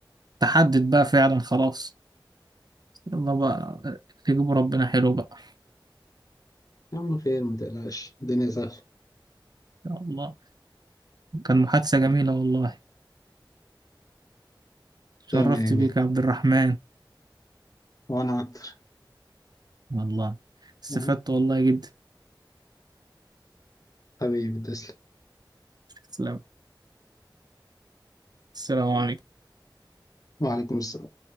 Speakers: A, on the right; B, on the left.
A: تحدد بقى فعلا خلاص يلا بقى تجيبوا ربنا حلو بقى
B: يا عم خير ما تقلقش الدنيا سهله
A: يا الله كان محادثه جميله والله شرفت
B: تمام
A: بيك يا عبد الرحمن
B: وانا اكتر
A: والله استفدت
B: يعني
A: والله جدا
B: حبيبي تسلم
A: سلام السلام عليكم
B: وعليكم السلام